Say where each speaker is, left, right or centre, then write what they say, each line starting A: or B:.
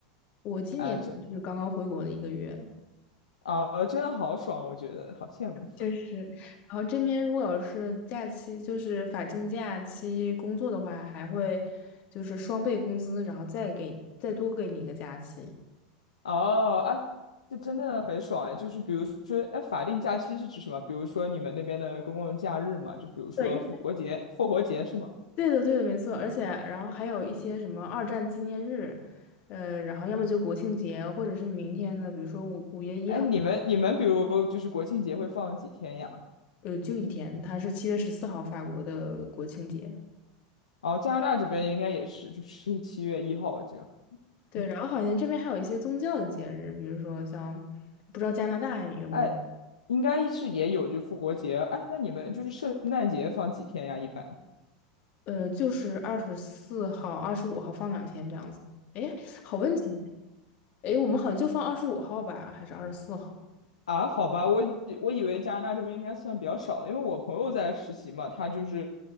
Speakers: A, on the left (about 45°); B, on the left (about 75°).
A: 我今年就是刚刚回国的一个月，
B: 哎，这啊，真的好爽啊，我觉得好羡慕。
A: 就是，然后这边如果要是假期，就是法定假期工作的话，还会就是双倍工资，然后再给再多给你一个假期。
B: 哦，哎，这真的很爽哎！就是比如说，哎，法定假期是指什么？比如说你们那边的公共假日嘛，就比如说复活节，
A: 对，
B: 复活节是吗？
A: 对的，对的，没错。而且，然后还有一些什么二战纪念日，呃，然后要么就国庆节，或者是明天的，比如说五五月一号的
B: 哎，你们你们比如就是国庆节会放几天呀？
A: 呃，就一天，它是七月十四号法国的国庆节。
B: 哦，加拿大这边应该也是，就是七月一号这样。
A: 对，
B: <laughs>
A: 然后好像这边还有一些宗教的节日，比如说像，不知道加拿大有没有，
B: 哎，应该是也有就复活节。哎，那你们就是圣诞节放几天呀？一般？
A: 呃，就是二十四号、二十五号放两天这样子。哎，好问题。哎，我们好像就放二十五号吧，还是二十四号？
B: 啊，好吧，我以我以为加拿大这边应该算比较少的，因为我朋友在实习嘛，他就是